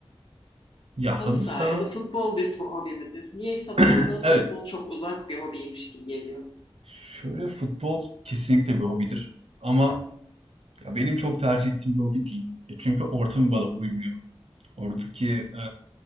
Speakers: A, on the right; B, on the left.
A: Ya
B: Halı
A: halı
B: saha
A: saha
B: ya da futbol bir fo- hobi midir? Niyeyse
A: <clears throat>
B: bana da futbol
A: evet.
B: çok uzak bir hobiymiş gibi geliyor.
A: Şöyle futbol kesinlikle bir hobidir. Ama ya benim çok tercih ettiğim bir hobi değil. Ya çünkü ortamı bana uymuyor. Oradaki e,